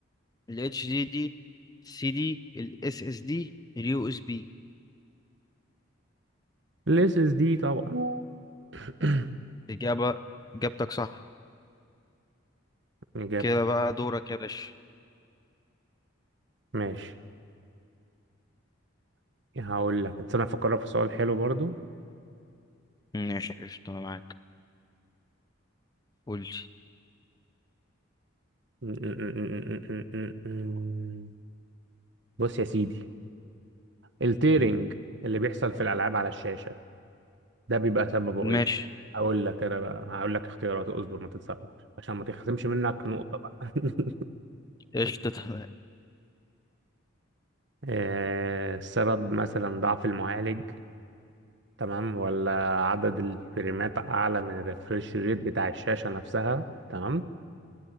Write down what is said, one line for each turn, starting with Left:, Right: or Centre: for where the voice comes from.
Left: الاتش دي دي السي دي الاس اس دي اليو اس بي
Right: الاس اس دي طبعا <coughs>
Left: اجابه اجابتك صح
Right: <clears throat> اجابتك
Left: كده بقى دورك يا باشا
Right: ماشي هقول لك استنى افكرك في سؤال حلو برضو
Left: ماشي قشطة أنا معاك قول
Right: <laughs> بص يا سيدي التيرنج
Left: لي
Right: اللي بيحصل في الالعاب على الشاشه ده بيبقى سببه ايه
Left: ماشي
Right: هقول لك انا بقى هقول لك اختيارات اصبر ما تتسرعش عشان ما تخصمش منك نقطة بقى <laughs>
Left: قشطة تمام
Right: آه، السبب مثلا ضعف المعالج تمام ولا عدد الفريمات اعلى من الريفرش ريت بتاع الشاشة نفسها تمام